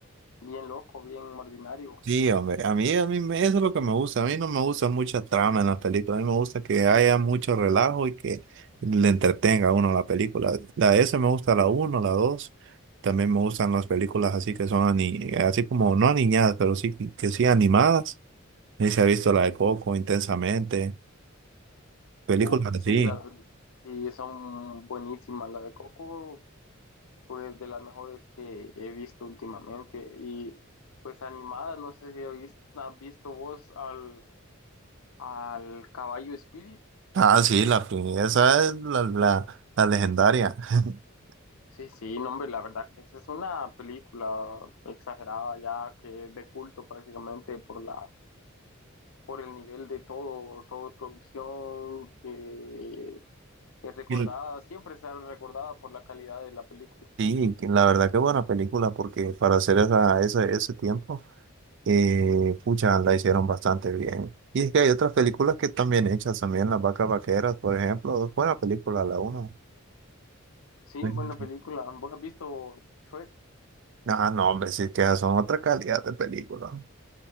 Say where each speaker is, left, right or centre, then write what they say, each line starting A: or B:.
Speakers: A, on the left; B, on the right.
A: bien loco, bien ordinario.
B: Sí, hombre. A mí, a mí me- eso es lo que me gusta. A mí no me gusta mucha trama en las películas. A mí me gusta que haya mucho relajo y que le entretenga a uno la película. La S me gusta la uno, la dos, También me gustan las películas así que son ani- así como no aniñadas, pero sí que sí animadas. Ahí se ha visto la de Coco intensamente. Películas
A: Uf, sí,
B: así.
A: las, y son buenísimas. La de Coco, pues, de las mejores que he visto últimamente. Y, pues, animada, no sé si has visto has visto vos al Al caballo Spirit.
B: Ah, sí, la, esa es la, la la legendaria. <laughs>
A: Sí, sí, no, hombre, la verdad que esa es una película exagerada ya que es de culto prácticamente por la, por el nivel de todo, todo de producción que es recordada,
B: Y
A: siempre será recordada por la calidad de la película.
B: Sí, que la verdad que buena película porque para hacer esa, ese, ese tiempo, eh, pucha, la hicieron bastante bien. Y es que hay otras películas que están bien hechas también, Las vacas vaqueras, por ejemplo, buena película la uno.
A: Sí,
B: Ahí
A: buena
B: me
A: película. ¿Vos has visto Shrek?
B: Ah, no, hombre, sí que esas son otra calidad de película.